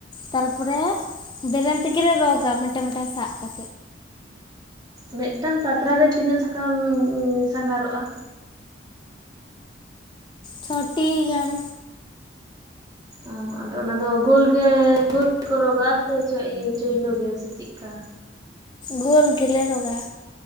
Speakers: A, on the left; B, on the right.
A: ᱛᱟᱨᱯᱚᱨᱮ- -ᱵᱮᱨᱮᱞ ᱛᱮᱜᱮᱨᱮ ᱨᱚᱜᱟ, ᱢᱮᱴᱮ ᱢᱮᱴᱮ ᱥᱟᱜ ᱠᱟ
B: ᱢᱤᱫᱴᱟᱝ ᱯᱟᱛᱨᱟ ᱨᱮ ᱛᱤᱱᱟᱹᱜ ᱥᱟᱠᱟᱢ, ᱥᱟᱸᱜᱟᱨᱚᱜ-ᱟ?
A: ᱪᱷᱚᱴᱤ ᱜᱟᱱ,
B: ᱚᱸ, ᱟᱫᱚ ᱚᱱᱟᱫᱚ ᱜᱳᱞ ᱜᱮ ᱜᱳ ᱠᱚ ᱨᱚᱜᱟ <inaudible> ᱪᱚ ᱤᱭᱟᱹ ᱪᱩᱭᱞᱩ ᱜᱮ ᱥᱮ ᱪᱮᱜᱠᱟ?
A: ᱜᱳᱞ ᱜᱮᱞᱮ ᱨᱚᱜᱟ᱾